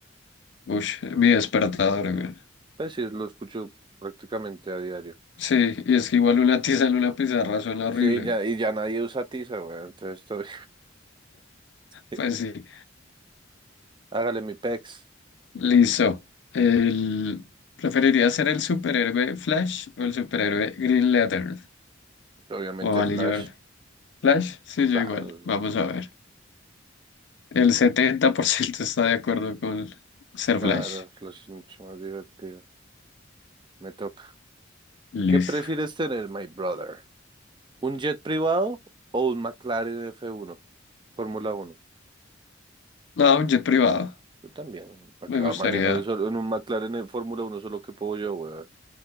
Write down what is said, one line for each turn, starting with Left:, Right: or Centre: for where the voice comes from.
Left: Uy, mi despertador, güey.
Right: Pues sí, lo escucho prácticamente a diario.
Left: Sí, y es que igual una tiza en una pizarra suena
Right: Sí,
Left: horrible.
Right: ya, y ya nadie usa tiza, güey, entonces estoy... <laughs>
Left: Pues sí.
Right: Hágale mi pex.
Left: Listo. El... preferiría ser el superhéroe Flash o el superhéroe Green Lantern
Right: Obviamente
Left: o Valley
Right: Flash.
Left: Jordan? Flash, sí,
Right: Claro,
Left: yo igual. Vamos a ver. El 70% <laughs> está de acuerdo con ser
Right: claro,
Left: Flash.
Right: Flash es mucho más divertido. Me toca.
Left: Listo.
Right: ¿Qué prefieres tener, my brother? ¿Un jet privado o un McLaren f uno, Fórmula uno.
Left: No, jet privado.
Right: Yo también. ¿Para qué
Left: Me
Right: va
Left: gustaría.
Right: a manejar eso en un McLaren en Fórmula uno? solo que puedo yo, weón?